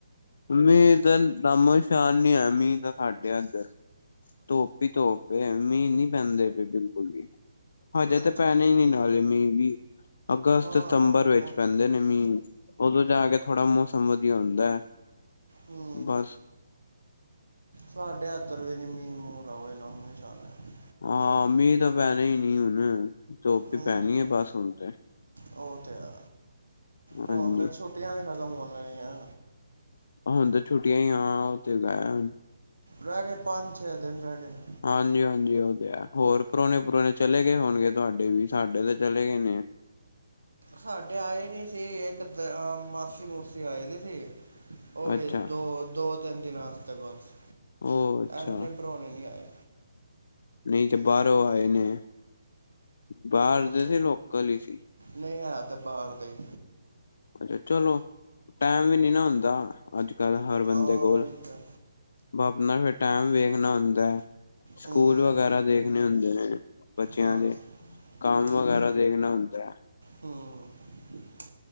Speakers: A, on the left; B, on the right.
A: ਮੀਂਹ। ਦਾ ਨਾਮੋਸ਼ਾਨ ਨੀ ਆ ਮੀਂਹ ਤਾਂ ਸਾਡੇ ਇੱਧਰ। ਧੋਪ ਹੀ ਧੋਪ ਮੀਂਹ ਨਹੀਂ ਪੈਂਦੇ, ਪਏ ਬਿਲਕੁਲ ਵੀ। ਹਜੇ
B: ਅੱਛਾ
A: ਤੇ ਪੈਣੇ ਹੀ ਨੀ ਨਾਲੇ ਮੀਂਹ ਵੀ ਅਗਸਤ,
B: ਆਹ
A: ਸਤੰਬਰ ਵਿੱਚ
B: ਉਹ
A: ਪੈਂਦੇ
B: ਤੇ
A: ਨੇ ਮੀਂਹ। ਉਦੋਂ ਜਾ ਕੇ ਥੋੜਾ ਮੌਸਮ ਵਧੀਆ ਹੁੰਦਾ ਹੈ।
B: ਹਮ।
A: ਬਸ।
B: ਸਾਡੇ ਇੱਦਰ ਵੀ ਨ ਮੀਂਹ ਮੂੰਹ ਦਾ ਨਮੋਸ਼ਾਂਨਾ ਹੈ।
A: ਹਾਂ ਮੀਹ ਤਾਂ ਪਹਿਨੇ ਹੀ ਨਹੀਂ ਹਨ ਧੱਪ
B: ਹੂੰ
A: ਪਹਿਨੀ ਹੈ ਬਸ ਹੁਣ ਤੇ।
B: ਉਹ ਤੇ ਐ
A: ਹਾਂਜੀ
B: ਹੋਣ ਤੇ ਛੁੱਟੀਆਂ ਵੀ ਖਤਮ ਹੋਣ ਅਲੀਆਂ।
A: ਹੁਣ ਤਾਂ ਛੁਟੀਆਂ ਹੀ ਆ ਉੱਥੇ ਗਏ ਅਨ।
B: ਰਹਿ ਗੇ ਪੰਜ-ਛੇ ਦਿਨ ਰਹਿ ਗੇ ਨੇ।
A: ਹਾਂਜੀ- ਹਾਂਜੀ। ਉਹ ਤੇ ਹੈ। ਹੋਰ ਪ੍ਰੌਹਣੇ ਪ੍ਰੁਣੇ ਚਲੇ ਗਏ ਹੋਣਗੇ ਤੁਹਾਡੇ ਵੀ। ਸਾਡੇ ਤਾਂ ਚਲੇ ਗਏ ਨੇ।
B: ਸਾਡੇ ਆਏ ਨੀ ਸੀ। ਇੱਕ ਦ ਅ ਮਾਸੀ ਮੂਸੀ ਆਏ ਦੀ ਸੀ। ਉਹ ਵੀ
A: ਅੱਛਾ
B: ਦੋ ਦੋ -ਤਿੰਨ ਦਿਨਾਂ ਵਾਸਤੇ ਬਸ
A: ਉਹ ਅੱਛਾ
B: ਇੰਨੇ ਪਰੌਣੇ ਨਹੀ ਆਏ।
A: ਨਹੀਂ ਜੇ ਬਾਹਰੋਂ ਆਏ ਨੇ, ਬਾਹਰ
B: ਹੂੰ
A: ਦੇ ਸੀ ਲੋਕਲ ਹੀ ਸੀ।
B: ਨਹੀਂ ਹੈ ਤੇ, ਬਾਹਰ ਦਾ ਹੀ।
A: ਅੱਛਾ ਚਲੋ ਟੈਮ ਵੀ ਨੀ ਨਾ ਹੁੰਦਾ ਅੱਜ-ਕੱਲ੍ਹ ਹਰ ਬੰਦੇ
B: ਹਾਂ
A: ਕੋਲ।
B: ਇਹ ਤਾਂ
A: ਬ ਆਪਣਾ ਫਿਰ ਟਾਈਮ ਵੇਖਣਾ ਹੁੰਦਾ ਐ। ਸਕੂਲ
B: ਹੂੰ
A: ਵਗੈਰਾ ਦੇਖਣੇ ਹੁੰਦੇ ਨੇ, ਬੱਚਿਆਂ
B: ਹਾਂ
A: ਦੇ। ਕਾਮ
B: ਉਹ ਤੇ
A: ਵਗੈਰਾ
B: ਹੈ
A: ਦੇਖਣਾ ਹੁੰਦਾ।
B: ਹੂੰ ਮੀਚ